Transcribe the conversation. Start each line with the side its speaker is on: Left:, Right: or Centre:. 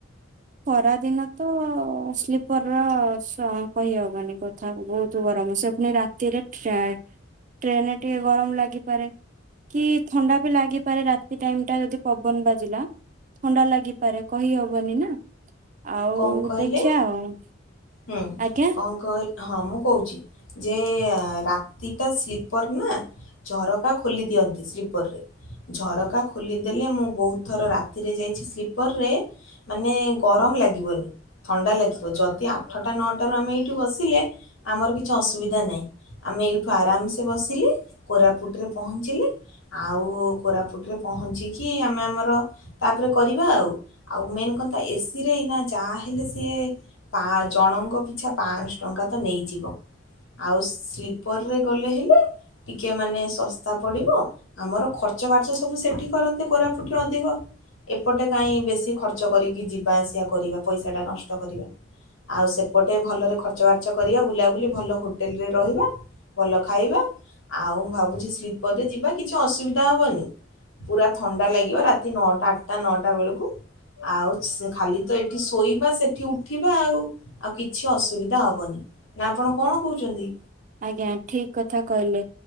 Right: ଖରାଦିନ ତ ସ୍ଲିପର ର ସ କହି ହବନି କଥା ବହୁତ ଗରମ ସେ ପୁଣି ରାତିରେ ଟ୍ରେ ଟ୍ରେନରେ ଟିକେ ଗରମ ଲାଗିପାରେ କି ଥଣ୍ଡା ବି ଲାଗିପାରେ ରାତି ଟାଇମ ଟା ଯଦି ପବନ ବାଜିଲା ଥଣ୍ଡା ଲାଗିପାରେ କହିହବନି ନା। ଆଉ
Left: କଣ କହିଲେ?
Right: ଦେଖିଆ ଆଉ।
Left: ହୁଁ
Right: ଆଜ୍ଞା?
Left: କଣ କହ ହଁ ମୁଁ କହୁଛି ଯେ ରାତିଟା ସ୍ଲିପର ନା ଝରକା ଖୋଲି ଦିଅନ୍ତି ସ୍ଲିପରରେ ଝରକା ଖୋଲିଦେଲେ ମୁଁ ବହୁତ ଥର ରାତିରେ ଯାଇଛି ସ୍ଲିପରରେ ମାନେ ଗରମ ଲା ଗିବନି ଥଣ୍ଡା ଲାଗିବ ଯଦି ଆଠଟା ନଅଟାରୁ ଆମେ ଏଇଠୁ ବସିଲେ ଆମର କିଛି ଅସୁବିଧା ନାହିଁ। ଆମେ ଏଇଠୁ ଆରାମସେ ବସିଲେ କୋରାପୁଟରେ ପହଞ୍ଚିଲେ ଆଉ କୋରାପୁଟରେ ପହଞ୍ଚିକି ଆମେ ଆମର ତାପରେ କରିବା ଆଉ ଆଉ ମେନ କଥା ଏ ସି ରେ ଏଇନା ଯାହା ହେଲେ ସିଏ ପା ଜଣଙ୍କ ପିଛା ପାଆଁଶହ ଟଙ୍କା ତ ନେଇଯିବ। ଆଉ ସ୍ଲିପରରେ ଗଲେ ହେଲେ ଟିକେ ମାନେ ଶସ୍ତା ପଡ଼ିବ ଆମର ଖର୍ଚ୍ଚ ବାର୍ଚ୍ଚ ସବୁ ସେଠି କରନ୍ତେ କୋରାପୁଟରେ ଅଧିକ ଏପଟେ କାହିଁ ବେଶୀ ଖର୍ଚ୍ଚ କରିକି ଯିବା ଆସିଆ କରିବା। ପଇସାଟା ନଷ୍ଟ କରିବା। ଆଉ ସେପଟେ ଭଲରେ ଖର୍ଚ୍ଚ ବାର୍ଚ୍ଚ କରିଆ ବୁଲା ବୁଲି ଭଲ ହୋଟେଲରେ ରହିବା ଭଲ ଖାଇବା ଆଉ ମୁଁ ଭାବୁଛି ସ୍ଲିପରରେ ଯିବା କିଛି ଅସୁବିଧା ହବନି ପୁରା ଥଣ୍ଡା ଲାଗିବ ରାତି ନଅଟା ଆଠଟା ନଅଟା ବେଳକୁ ଆଉ ସି ଖାଲି ତ ଏ ଠି ଶୋଇବା ସେଠି ଉଠିବା ଆଉ ଆଉ କିଛି ଅସୁବିଧା ହବନି। ନା ଆପଣ କଣ କହୁଛନ୍ତି?
Right: ଆଜ୍ଞା ଠିକ କଥା କହିଲେ।